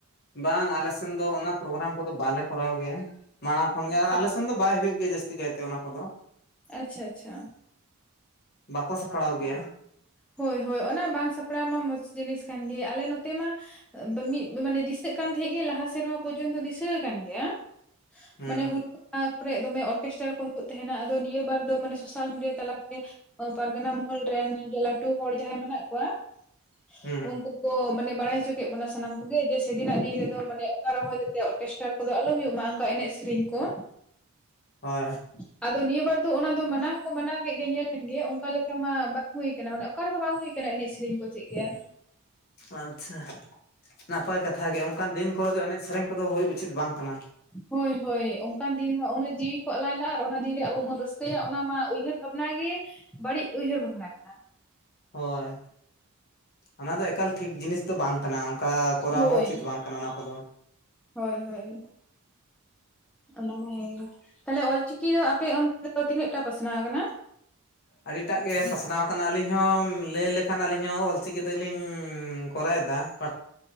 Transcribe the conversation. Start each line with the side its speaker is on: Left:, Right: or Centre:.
Left: ᱵᱟᱝ ᱟᱞᱮ ᱥᱮᱱ ᱫᱚ ᱚᱱᱟ ᱯᱨᱳᱜᱨᱟᱢ ᱠᱚᱫᱚ ᱵᱟᱞᱮ ᱠᱚᱨᱟᱣ ᱜᱮᱭᱟ ᱾ ᱢᱟᱲᱟᱝ ᱠᱷᱚᱱᱜᱮ
Centre: ᱟᱪᱪᱷᱟ
Left: ᱟᱨ ᱟᱞᱮ ᱥᱮᱱ ᱫᱚ ᱵᱟᱭ ᱦᱩᱭᱩᱜ ᱜᱮᱭᱟ ᱡᱟᱹᱥᱛᱤ ᱠᱟᱭᱛᱮ ᱚᱱᱟ ᱠᱚᱫᱚ
Centre: ᱟᱪᱪᱷᱟ-ᱟᱪᱪᱷᱟ ᱾
Left: ᱵᱟᱠᱚ ᱥᱟᱯᱲᱟᱣ ᱜᱮᱭᱟ
Centre: ᱦᱳᱭ ᱦᱳᱭ ᱚᱱᱟ ᱵᱟᱝ ᱥᱟᱯᱲᱟᱣ ᱢᱟ ᱢᱚᱡᱽ ᱡᱤᱱᱤᱥ ᱠᱟᱱ ᱜᱮ ᱟᱞᱮ ᱱᱚᱛᱮ ᱢᱟ ᱢᱤᱫ ᱢᱟᱱᱮ ᱫᱤᱥᱟᱹᱜ ᱠᱟᱱ ᱛᱮᱦᱮᱸᱜ ᱜᱮ, ᱞᱟᱦᱟ ᱥᱮᱨᱢᱟ ᱯᱚᱨᱡᱚᱱᱛᱚ ᱫᱤᱥᱟᱹ ᱠᱟᱱ ᱜᱮᱭᱟ ᱾
Left: ᱦᱩᱸ
Centre: ᱢᱟᱱᱮ ᱦᱩ ᱚᱱᱟ ᱠᱚᱨᱮ ᱫᱚᱢᱮ ᱚᱨᱠᱮᱥᱴᱟᱨ ᱠᱚ ᱦᱩᱭᱩᱜ ᱛᱮᱦᱮᱸᱱᱟ ᱾ ᱟᱫᱚ ᱱᱤᱭᱟᱹ ᱵᱟᱨ ᱫᱚ ᱢᱟᱱᱮ ᱥᱳᱥᱟᱞ ᱢᱤᱰᱤᱭᱟ ᱛᱟᱞᱟᱛᱮ ᱯᱟᱨᱜᱟᱱᱟ ᱢᱚᱦᱚᱞ ᱨᱮᱱ ᱞᱟᱹᱴᱩ ᱦᱚᱲ ᱡᱟᱦᱟᱸᱭ ᱢᱮᱱᱟᱜ ᱠᱚᱣᱟ ᱩᱱ
Left: ᱦᱩᱸ
Centre: ᱩᱱᱠᱩ ᱠᱚ ᱢᱟᱱᱮ ᱵᱟᱲᱟᱭ ᱦᱚᱪᱚ ᱠᱚ ᱠᱮᱜ ᱵᱚᱱᱟ ᱥᱟᱱᱟᱢ ᱠᱚᱜᱮ, ᱡᱮ ᱥᱮᱫᱤᱱᱟᱜ ᱫᱤᱱ ᱨᱮᱫᱚ ᱢᱟᱱᱮ ᱚᱠᱟ ᱨᱮᱦᱚᱸ ᱡᱟᱛᱮ ᱚᱨᱠᱮᱥᱴᱟᱨ ᱠᱚᱫᱚ ᱟᱞᱚ ᱦᱩᱭᱩᱜᱼᱢᱟ, ᱚᱱᱠᱟ ᱮᱱᱮᱡ ᱥᱮᱨᱮᱧ ᱠᱚ ᱾
Left: ᱦᱳᱭ
Centre: ᱟᱫᱚ ᱱᱤᱭᱟᱹ ᱵᱟᱨ ᱫᱚ ᱚᱱᱟ ᱫᱚ ᱢᱟᱱᱟᱣ ᱦᱚᱸᱠᱚ ᱢᱟᱱᱟᱣ ᱠᱮᱫ ᱜᱮ ᱧᱮᱞ ᱠᱮᱫᱜᱮ ᱚᱱᱠᱟ ᱞᱮᱠᱟ ᱢᱟ ᱵᱟᱝ ᱦᱩᱭ ᱟᱠᱟᱱᱟ ᱢᱟᱱᱮ ᱚᱠᱟ ᱨᱮᱦᱚᱸ ᱵᱟᱝ ᱦᱩᱭ ᱠᱟᱱᱟ ᱮᱱᱮᱡ ᱥᱮᱨᱮᱧ ᱠᱚ ᱪᱮᱜ ᱜᱮ ᱾
Left: ᱟᱪᱪᱷᱟ ᱱᱟᱯᱟᱭ ᱠᱟᱛᱷᱟ ᱜᱮ, ᱚᱱᱠᱟᱱ ᱫᱤᱱ ᱠᱚᱨᱮ ᱫᱚ ᱮᱱᱮᱡ ᱥᱮᱨᱮᱧ ᱠᱚᱫᱚ ᱦᱩᱭ ᱩᱪᱤᱛ ᱵᱟᱝ ᱠᱟᱱᱟ ᱾
Centre: ᱦᱳᱭ-ᱦᱳᱭ ᱚᱱᱠᱟᱱ ᱫᱤᱱ ᱢᱟ ᱩᱱᱟᱹᱜ ᱡᱤᱣᱤ ᱠᱚ ᱟᱞᱟᱭ ᱞᱟᱜᱼᱟ, ᱟᱨ ᱚᱱᱟ ᱫᱤᱱ ᱨᱮ ᱟᱵᱚ ᱵᱚᱱ ᱨᱟᱹᱥᱠᱟᱹᱭᱟ ᱚᱱᱟ ᱢᱟ ᱩᱭᱦᱟᱹᱨ ᱵᱷᱟᱵᱽᱱᱟ ᱜᱮ ᱵᱟᱹᱲᱤᱡ ᱩᱭᱦᱟᱹᱨ ᱵᱷᱟᱵᱽᱱᱟ ᱠᱟᱱᱟ
Left: ᱦᱳᱭ ᱚᱱᱟ ᱫᱚ ᱮᱠᱟᱞ ᱴᱷᱤᱠ ᱡᱤᱱᱤᱥ ᱫᱚ ᱵᱟᱝ ᱠᱟᱱᱟ ᱚᱱᱠᱟ ᱠᱚᱨᱟᱣ
Centre: ᱦᱳᱭ
Left: ᱦᱚᱸ ᱩᱪᱤᱛ ᱵᱟᱝ ᱠᱟᱱᱟ ᱚᱱᱟ ᱠᱚᱫᱚ
Centre: ᱦᱳᱭ ᱦᱳᱭ ᱚᱱᱟ ᱢᱟ ᱦᱮᱸᱜᱮ ᱛᱟᱦᱞᱮ ᱚᱞᱪᱤᱠᱤ ᱫᱚ ᱟᱯᱮ ᱚᱱᱛᱮ ᱫᱚ, ᱛᱤᱱᱟᱹᱜ ᱴᱟ ᱯᱟᱥᱱᱟᱣ ᱠᱟᱱᱟ?
Left: ᱟᱹᱰᱤᱴᱟᱜ ᱜᱮ ᱯᱟᱥᱱᱟᱣ ᱠᱟᱱᱟ ᱟᱹᱞᱤᱧ ᱦᱚᱸ ᱞᱟᱹᱭ ᱞᱮᱠᱷᱟᱱ ᱟᱹᱞᱤᱧ ᱦᱚᱸ ᱚᱞᱪᱤᱠᱤ ᱛᱮᱜᱮᱞᱤᱧ ᱠᱚᱨᱟᱣᱫᱟ ᱾